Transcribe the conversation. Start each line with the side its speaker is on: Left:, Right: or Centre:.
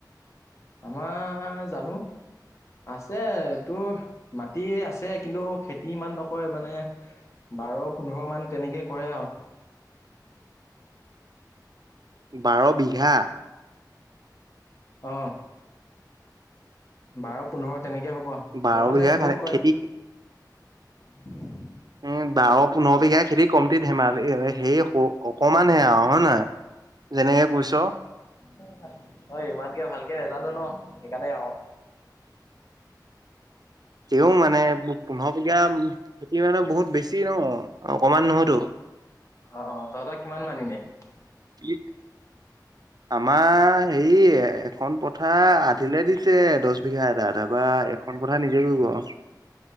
Left: আমাৰ জানো। আছে তোৰ মাটি আছে কিন্তু খেতি ইমান নকৰে মানে বাৰ পোন্ধৰমান তেনেকৈ কৰে আৰু।
Right: স <inaudible> বাৰ বিঘা!
Left: অহ। বাৰ পোন্ধৰ তেনেকে হ'ব তহঁত
Right: বাৰ বিঘা
Left: চাগে বহুত কৰে।
Right: খেতি
Left: উম।
Right: উম বাৰ পোন্ধৰ বিঘা খেতি কমতি ধেমালি সেই অকমান হে আও হয় নহয়। যেনেকে কৈছ।
Left: অহ মই ইমানকে ভালকে নাজানো ন সেইকাৰণে আও।
Right: তেওঁ মানে পোন্ধৰ বিঘা খেতি মানে বহুত বেছি ন অকমান নহয়তো।
Left: অহ তহঁতৰ কিমান মান এনেই।
Right: কি। আমাৰ হেৰি এখন পথাৰ আধিলে দিছে দছ বিঘা এটা তাৰপা এখন পথাৰ নিজে কৰিব আও।